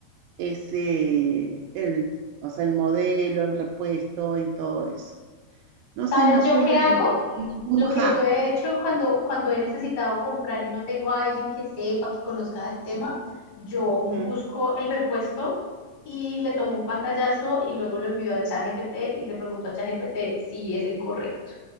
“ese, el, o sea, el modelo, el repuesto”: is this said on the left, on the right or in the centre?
Right